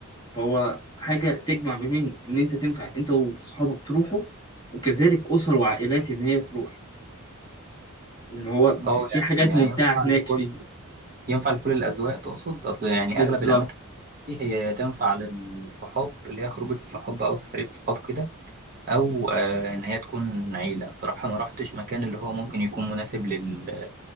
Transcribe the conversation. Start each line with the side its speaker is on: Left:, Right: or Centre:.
Left: فهو حاجة تجمع ما بين إن أنت تنفع أنت وصحابك تروحوا وكذلك أسر وعائلات إن هي تروح إن هو
Right: اه
Left: في في
Right: يعني
Left: حاجات
Right: يعني
Left: ممتعة
Right: ينفع
Left: هناك
Right: لكل
Left: فيه
Right: ينفع لكل الأذواق تقصد أصل يعني
Left: بالظبط
Right: أغلب الأماكن دي هي تنفع للصحاب اللي هي خروجة صحاب أو سفرية صحاب كده أو آه إن هي تكون عيلة الصراحة ما رحتش مكان اللي هو ممكن يكون مناسب لل...